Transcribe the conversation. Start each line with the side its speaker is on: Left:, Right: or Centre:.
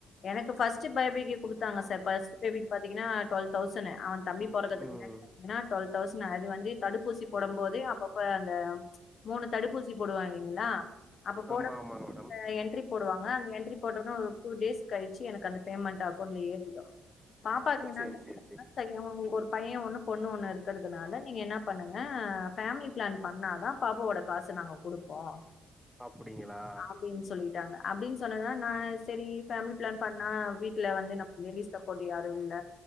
Left: எனக்கு ஃபர்ஸ்ட் பபிக்கு கொடுத்தாங்க சார் ஃபர்ஸ்ட் டேபிட் பாத்தீங்கன்னா டுவல் தௌசன்னு ஆ தம்பி போறக்கதுக்கு
Centre: ம்.
Left: முன்னாடி பாத்தீங்கன்னா டுவெல் தௌசண்ட் அது வந்து தடுப்பூசி போடும் போதே அப்பப்ப அந்த மூணு தடுப்பூசி போடுவாங்க இலைங்களா அப்ப போட
Centre: ஆமா, ஆமாங்க மேடம்.
Left: என்ட்ரி போடுவாங்க அந்த என்ண்ட்ரி போட்டோன்னே ஒ டூ டேஸ் கழிச்சு எனக்கு அந்த பேமெண்ட் அக்கௌண்ட்ல ஏறிடும் பாப்பாக்கு
Centre: ஓ!
Left: என்ன
Centre: சரி,
Left: சொன்னாங்க
Centre: சரி,
Left: சரி உங்களுக்கு ஒரு பையன் ஒண்ணு பொண்ணு ஒண்ணு இருக்கிறதுனால நீங்க என்ன பண்ணுங்க ஃபேமிலி பிளான் பண்ணாதான் பாப்பாவோட காசு நாங்க கொடுப்போம்
Centre: அப்டிங்களா?
Left: அப்படின்னு சொல்லி ங்க அப்படின்னு சொன்னதுனால நான் சரி ஃபேமிலி பிளான் பண்ணா வீட்டுல வந்து நம்ம லேடிஸ் சப்போட்டு யாரும் இல்ல